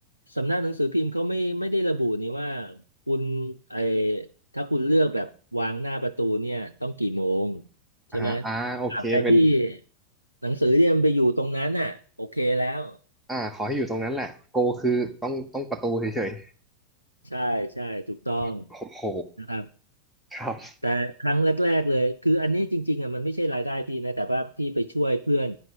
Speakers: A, on the right; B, in the centre.
A: สำนักหนังสือพิมพ์เขาไม่ไม่ได้ระบุนี่ว่าคุณไอถ้าคุณเลือกแบบวางหน้าประตูเนี่ยต้องกี่โมงใช่ไหม
B: อ่าอ่าโอเคเป็น
A: ตราบใดที่หนังสือเนี่ยมันไปอยู่ตรงนั้นน่ะโอเคแล้ว
B: อ่าขอให้อยู่ตรงนั้นแหละโกคือต้องต้องประตูเฉย
A: ใช่ใช่ถูกต้อง
B: ๆโอ้โห
A: นะครับ
B: ครับ
A: แต่ครั้งแรกๆเลยคืออันนี้จริงๆอ่ะมันไม่ใช่รายได้พี่นะแต่ว่าพี่ไปช่วยเพื่อน